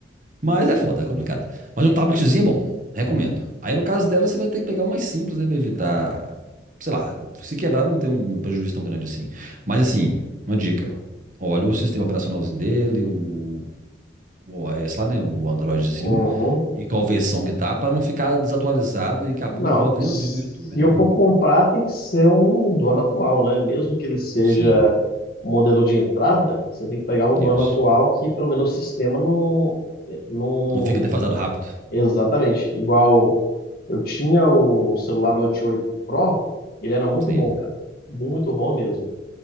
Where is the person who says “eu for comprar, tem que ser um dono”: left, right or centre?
Left